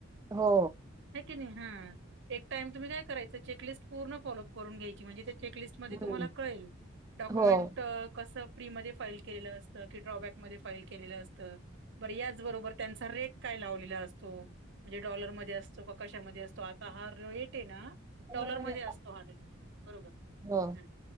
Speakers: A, on the right; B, on the right.
A: हो
B: आहे की नाही? हां. एक टाइम तुम्ही काय करायचं चेकलिस्ट पूर्ण फॉलोप करून घ्यायची म्हणजे त्या चेकलिस्ट मध्ये
A: हं.
B: तुम्हाला कळेल. डॉक्युमेंट--कसं?
A: हो.
B: फ्री मध्ये फाईल केलेलं असतं की ड्रॉबॅकमध्ये फाईल केलेलं असतं बरं याचबरोबर त्यांचा रेट काय लावलेला असतो, म्हणजे डॉलरमध्ये असतोका कशामध्ये असतो तो आता हा रेट आहे ना डॉलर
A: हो. हो
B: मध्ये असतो हा रेट बरोबर.
A: हो.
B: हम्मं